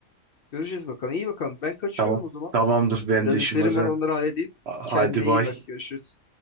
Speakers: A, on the left; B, on the right.
A: Göreceğiz bakalım. İyi bakalım. Ben kaçıyorum
B: Tamam.
A: o zaman.
B: Tamamdır. Ben
A: Biraz
B: de işim
A: işlerim
B: hazır.
A: var onları halledeyim.
B: Hadi
A: Kendine
B: bay.
A: iyi bak. Görüşürüz.